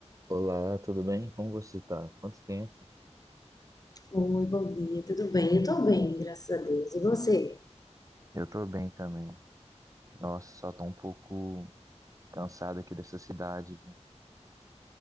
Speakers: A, on the right; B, on the left.
A: Olá, tudo bem? Como você tá? Quanto tempo?
B: Oi, bom dia, tudo bem? Eu tô bem, graças a Deus. E você?
A: Eu tô bem também. Nossa, só tô um pouco cansado aqui dessa cidade, viu?